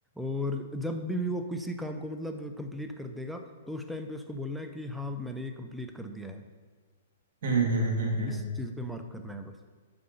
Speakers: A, in the centre; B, on the right (about 60°).
A: और जब भी वो किसी काम को मतलब कंप्लीट कर देगा तो उस टाइम पे उसको बोलना है कि हाँ मैंने ये कंप्लीट कर दिया है
B: हम्म हम्म हम्म हम्म।
A: इस चीज़ पे मार्क करना है बस